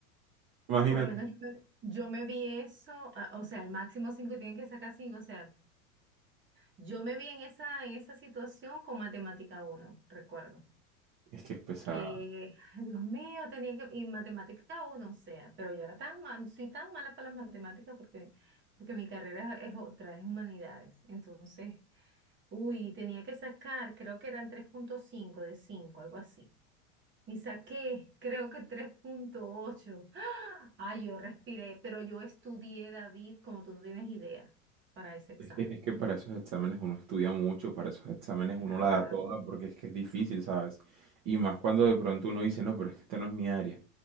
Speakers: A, on the right (about 45°); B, on the right (about 25°).
A: Imagínate.
B: Por lo menos yo me, yo me vi eso, ah, o sea, el máximo cinco tienen que sacar cinco o sea, yo me vi en esa, en esa situación con matemática uno recuerdo.
A: Es que es pesado.
B: Que, ay, Dios mío, tenía que, y matemática uno o sea, pero yo era tan mal, soy tan mala para las matemáticas porque, porque mi carrera es otra, es humanidades. Entonces, uy, tenía que sacar, creo que eran tres punto cinco de cinco algo así. Y saqué, creo que tres punto ocho. <gasps> ¡Ah! Ay, yo respiré, pero yo estudié, David, como tú no tienes idea, para ese examen.
A: Es que, es que para esos exámenes uno estudia mucho, para esos exámenes
B: Claro.
A: uno la da toda porque es que es difícil, ¿sabes? Y más cuando de pronto uno dice, no, pero es que este no es mi área.